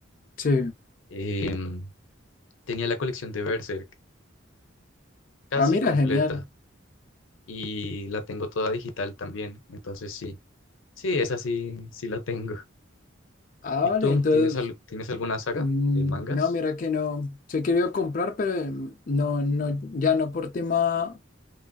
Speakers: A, on the left (about 45°); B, on the left (about 85°).
A: Sí.
B: Em, tenía la colección de Berserk casi
A: Ah, mira,
B: completa
A: genial.
B: y la tengo toda digital también. Entonces sí, sí, esa sí, sí la tengo.
A: Ah,
B: ¿Y
A: vale,
B: tú
A: entonces,
B: tienes, al- tienes alguna saga
A: mm,
B: de mangas?
A: no, mira que no. Se quería comprar, pero mm, no, no, ya no por tema.